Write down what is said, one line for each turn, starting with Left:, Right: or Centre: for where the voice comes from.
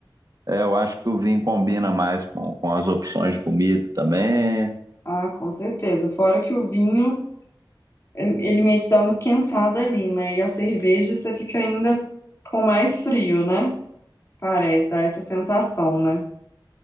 Right: é, eu acho que o vinho combina mais com, com as opções de comida também.
Left: Ah, com certeza. Fora que o vinho ele meio que dá uma esquentada ali, né? E a cerveja você fica ainda com mais frio, né? Parece, dá essa sensação, né?